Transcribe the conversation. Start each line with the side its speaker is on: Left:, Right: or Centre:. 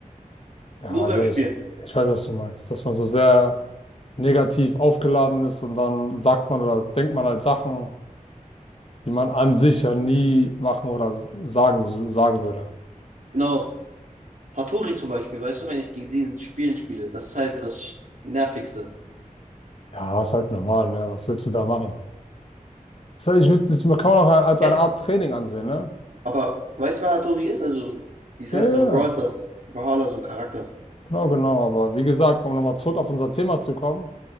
Left: Ja,
Right: Nur beim
Left: ich weiß,
Right: Spielen.
Left: ich weiß, was du meinst, dass man so sehr negativ aufgeladen ist und dann sagt man oder denkt man halt Sachen, die man an sich ja nie machen oder sagen, so, sagen würde.
Right: Genau. Hattori zum Beispiel, weißt du, wenn ich gegen sie in Spielen spiele, das ist halt das Nervigste.
Left: Ja, ist halt normal, ne? Was willst du da machen? Das heißt, ich würd, das, man kann man auch als
Right: Kennst,
Left: eine Art Training ansehen, ne?
Right: aber weißt du, wer Hattori ist? Also, die ist
Left: Ja,
Right: halt
Left: ja,
Right: so ein
Left: ja.
Right: Brawl Stars, Brawler, so ein Charakter.
Left: genau, genau. Aber wie gesagt, um nochmal zurück auf unser Thema zu kommen,